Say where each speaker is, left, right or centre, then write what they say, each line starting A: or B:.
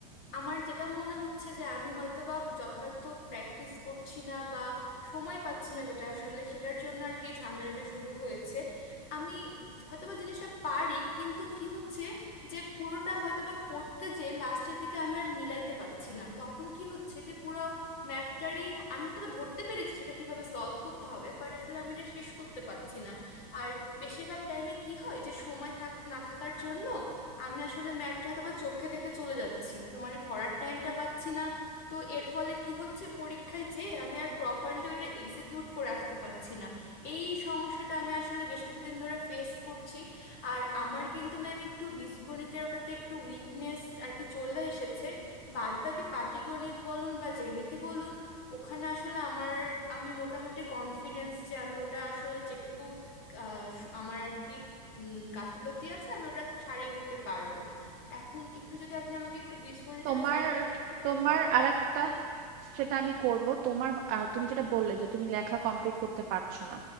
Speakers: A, on the left; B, on the right.
A: আমার যেটা মনে হচ্ছে যে আমি হয়তো বা যথার্থ প্র্যাকটিস করছি না বা সময় পাচ্ছি না যেটা আসলে সেটার জন্য আর কি এই ঝামেলাটা শুরু হয়েছে আমি হয়তোবা জিনিসটা পারি কিন্তু কি হচ্ছে যে পুরোটা হয়তোবা করতে যে লাস্টের দিকে আমি আর মিলাইতে পারছি না তখন কি হচ্ছে যে পুরো ম্যাথটারই আমি হয়তোবা ধরতে পেরেছি সেটা কিভাবে সলভ করতে হবে বাট আসলে আমি এটা শেষ করতে পারছি না আর বেশিরভাগ টাইমে কি হয় যে সময় থাক না থাকার জন্য আমি আসলে ম্যাথটা হয়তো বা চোখে দেখে চলে যাচ্ছি তো মানে করার টাইমটা পাচ্ছি না তো এর ফলে কি হচ্ছে পরীক্ষায় যে আমি আর প্রপারলি ওটা এক্সিকিউট করে আসতে পারছি না এই সমস্যাটা আমি আসলে বেশ কিছুদিন ধরে ফেস করছি আর আমার কিন্তু ম্যাম একটু বীজগণিতের ওটাতে একটু উইকনেস আর কি চলে এসেছে বাদ বাকি পাটিগণিত বলুন বা জ্যামিতি বলুন ওখানে আসলে আমার আমি মোটামুটি কনফিডেন্স যে আমি ওটা আসলে যেটুকু আহ, আমার আর কি উম গাফিলতি আছে আমি ওটা সারিয়ে উঠতে পারবো এখন একটু যদি আপনি আমাকে একটু বীজগণিতের
B: তোমার
A: ওই সাইডটা একটু হেল্প
B: তোমার
A: করতেন
B: আরেকটা সেটা আমি করব তোমার আহ, তুমি যেটা বললে যে তুমি লেখা কমপ্লিট করতে পারছো না